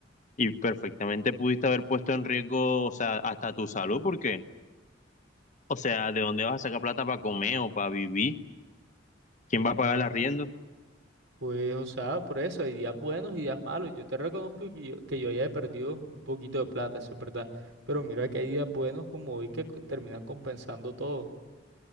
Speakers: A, on the left (about 40°); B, on the right (about 80°).
A: y perfectamente pudiste haber puesto en riesgo, o sea, hasta tu salud, porque, o sea, ¿de dónde vas a sacar plata para comer o para vivir? ¿Quién
B: No,
A: va a pagar
B: ah,
A: el arriendo?
B: pues, o sea, por eso hay días buenos y días malos. Yo te reconozco que yo, que yo ya he perdido un poquito de plata, eso es verdad. Pero mira que hay días buenos como hoy que cu- terminan compensando todo.